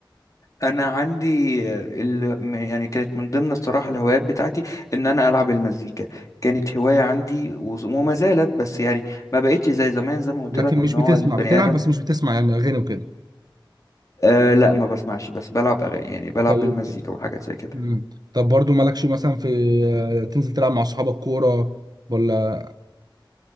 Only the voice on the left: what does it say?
انا عندي آه، ال... م- يعني كانت من ضمن الصراحه الهوايات بتاعتي ان انا العب المزيكا كانت هوايه عندي و... وما زالت بس يعني ما بقتش زي زمان زي ما قلت
لك
ان
هو البني
ادم
آه لا ما بسمعش بس بلعب اغاني يعني بلعب
بالمزيكا وحاجات زي كده